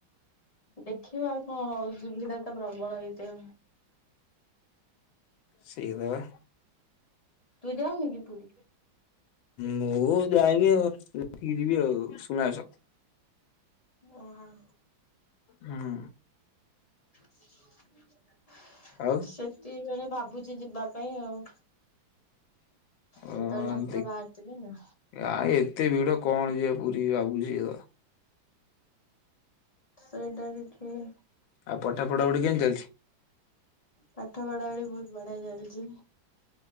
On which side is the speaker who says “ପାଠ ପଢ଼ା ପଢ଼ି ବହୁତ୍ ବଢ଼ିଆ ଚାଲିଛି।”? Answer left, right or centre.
Left